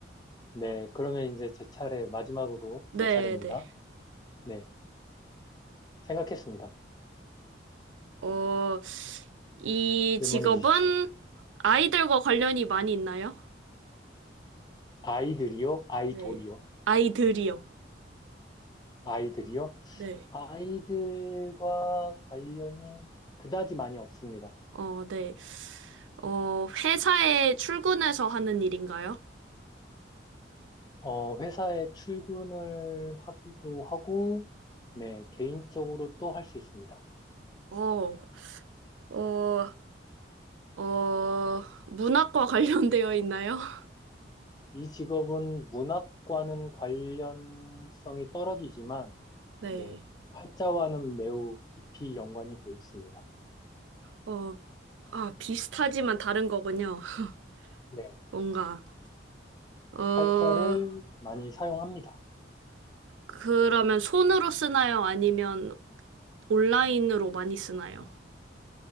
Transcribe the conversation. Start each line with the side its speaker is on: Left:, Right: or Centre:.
Left: 네. 그러면 이제 제 차례, 마지막으로
Right: 네네.
Left: 제 차례입니다. 네. 생각했습니다.
Right: 어, 이
Left: 질문해
Right: 직업은
Left: 주십시오.
Right: 아이들과 관련이 많이 있나요?
Left: 아이들이요? 아이돌이요?
Right: 네. 아이들이요.
Left: 아이들이요?
Right: 네.
Left: 아이들과 관련이 그다지 많이 없습니다.
Right: 어, 네. 어, 회사에 출근해서 하는 일인가요?
Left: 어, 회사에 출근을 하기도 하고, 네, 개인적으로도 할 수 있습니다.
Right: 어, 어, 어, 문학과 <laughs> 관련되어 있나요? <laughs>
Left: 이 직업은 문학과는 관련성이 떨어지지만,
Right: 네.
Left: 네, 활자와는 매우 깊이 연관이 되어 있습니다.
Right: 어, 아, 비슷하지만 다른 거군요. <laughs>
Left: 네,
Right: 뭔가, 어,
Left: 활자를 많이 사용합니다.
Right: 그러면 손으로 쓰나요? 아니면 온라인으로 많이 쓰나요?